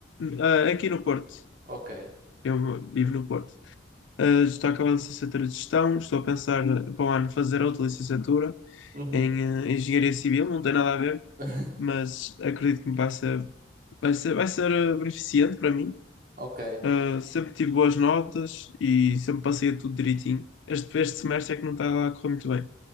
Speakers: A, on the left; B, on the right.
A: ah, aqui no Porto.
B: Ok.
A: Eu vivo no Porto. Ah, estou a acabar a licenciatura de gestão, estou a pensar para o ano fazer outra licenciatura
B: Uhum.
A: em ah, engenharia civil, não tem nada a ver,
B: <laughs>
A: mas acredito que vai ser, vai ser, vai ser ah, beneficente para mim.
B: Ok.
A: Ah, sempre tive boas notas e sempre passei a tudo direitinho. Este, este semestre é que não está lá a correr muito bem.